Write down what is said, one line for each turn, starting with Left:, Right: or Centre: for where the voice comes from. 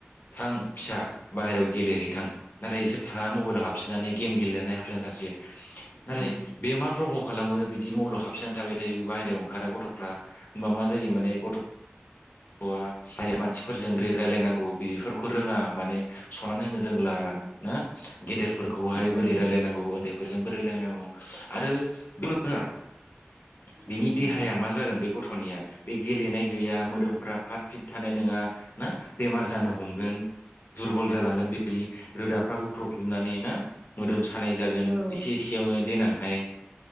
Left: थां फिसा बाहेरायाव गेलेहैथां नाथाय इसोर थांङा मबाइलाव हाबसोनानै गेम गेलेनानै हाबसोनानै थासिगोन। नाथाय
Right: हा
Left: बे मा प्रबुख। खालामो बिदि मलाव हाबसोनान थाबाय थायो बाहेरायाव ओंखारा गथ'फ्रा ओमबा मा जायो माने
Right: औ
Left: गथ'। ब आ फाइ मानसिफोरजों बेरायलायनांगौ बेफोरखौ रोंङा माने। सनमान होनो रोंला
Right: औ
Left: ना गेदेरफोरखौहाय
Right: उम
Left: बोरै रायलायनांगौ ओन्दै। फोरजों बोरै लायनांगौ आरो बिमा आ। बिनि
Right: उम
Left: देहाया मा जागोन बेखौ। थनिया बे गेलेनाय गैया मोदोमफ्रा फ्राथ फ्रिथ थानाय नोंङा ना बेमार। जानो हमगोन दुरबल जालांगोन बेनि रोदाफ्रा बोख्रबजोबनानै ना। मोदोम सानाय जागोन
Right: औ
Left: एसे एसेयावनो देनांहाय